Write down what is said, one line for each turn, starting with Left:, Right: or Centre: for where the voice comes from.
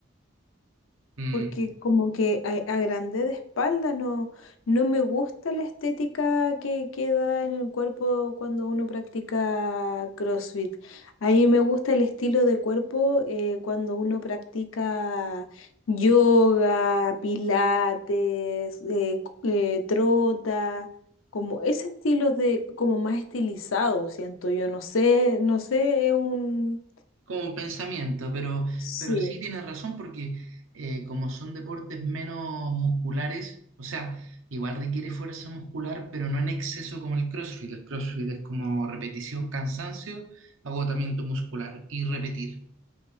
Right: Mm.
Left: porque como que a, a grande de espalda no, no me gusta la estética que queda en el cuerpo cuando uno practica CrossFit. A mí me gusta el estilo de cuerpo eh, cuando uno practica yoga, pilates, eh, c- eh, trota. Como ese estilo de, como más estilizado, siento yo, no sé, no sé, es un,
Right: como pensamiento, pero,
Left: Sí.
Right: pero sí tienes razón porque eh, como son deportes menos musculares, o sea, igual requiere fuerza muscular, pero no en exceso como el CrossFit. El CrossFit es como repetición, cansancio, agotamiento muscular y repetir.